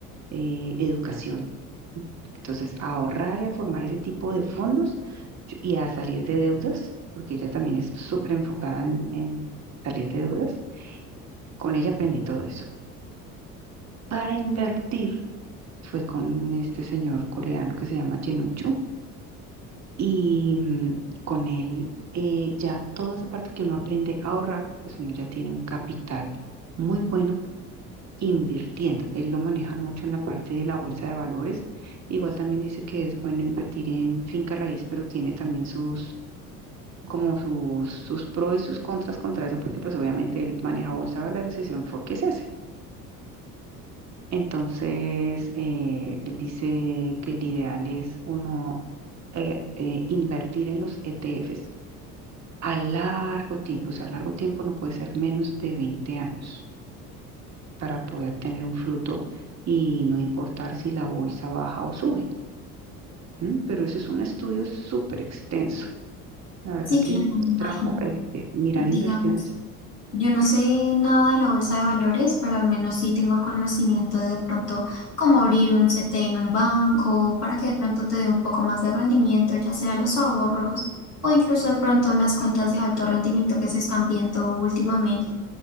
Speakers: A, on the right; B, on the left.
A: eh, educación. ¿sí? Entonces, a ahorrar y a formar ese tipo de fondos yo- y a salir de deudas, porque ella también es súper enfocada en en salir de deudas. Con ella aprendí todo eso. para invertir fue con este señor coreano que se llama Chenuchu y mm, con él eh, ya toda esa parte que uno aprende a ahorrar, pues uno ya tiene un capital muy bueno invirtiendo. Él lo maneja mucho en la parte de la bolsa de valores. Igual también dice que es bueno invertir en finca raíz, pero tiene también sus como sus, sus pros y sus contras contra eso, porque pues obviamente él maneja bolsa de valores y su enfoque es ese. Entonces, eh, él dice que el ideal es uno eh, eh, invertir en los ETFs a largo tiempo. O sea, a largo tiempo no puede ser menos de 20 años para poder tener un fruto y no importar si la bolsa baja o sube. ¿m? Pero eso es un estudio súper extenso. La verdad
B: Sí,
A: que
B: claro, me imagino.
A: traba- eh, eh, mirar
B: Digamos,
A: inversiones,
B: yo no sé nada de la bolsa de valores, pero al menos sí tengo conocimiento de pronto cómo abrir un CT en un banco para que de pronto te dé un poco más de rendimiento, ya sea los ahorros o incluso de pronto las cuentas de alto rendimiento que se están viendo últimamente,